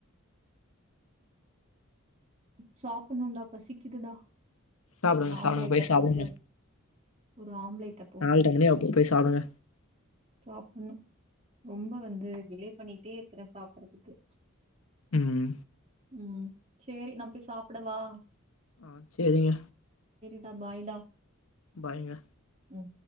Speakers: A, on the right; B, on the left.
A: சாப்டணும்டா பசிக்குதுடா
B: சாப்டுங்க
A: ஒரு ஆம்லேட்ட
B: சாப்டுங்க போய் சாப்டுங்க
A: போட்டு ஒரு ஆம்லேட்ட போட்டு
B: நால்ர மணி ஆவப்போது போய் சாப்டுங்க
A: சாப்னு ரொம்ப வந்து டிலே பண்ணிட்டே இருக்கற சாப்றதுக்கு
B: ம்
A: ம் சேரி நா போயி சாப்டவா
B: ஆ சேரிங்க
A: ட பாய்டா
B: பாய்ங்க
A: ம்